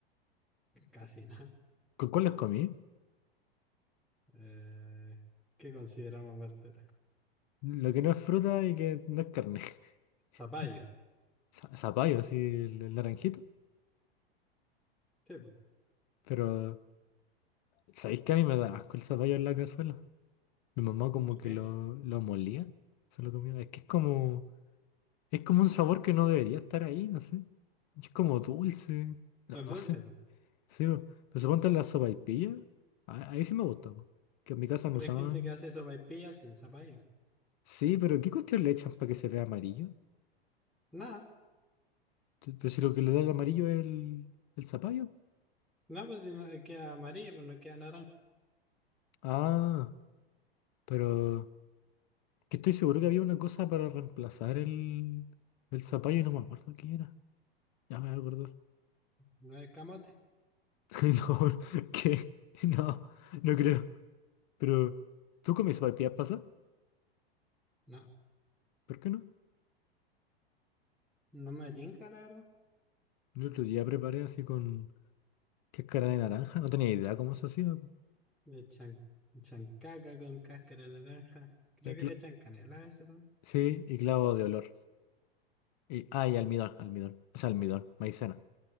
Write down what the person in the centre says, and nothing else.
Casi nada.
Eh, ¿qué consideramos verdura?
Zapallo.
Sí, po.
¿Por qué?
Los
dulces,
po.
Pero
hay gente que hace sopaipillas sin zapallo.
Nada,
no, pues si no queda amarillo, pero no queda naranjo.
No es camote.
No,
no me tinca, la verdad.
Le echan, echan caca con cáscara de naranja. Creo
que le echan canela a veces también.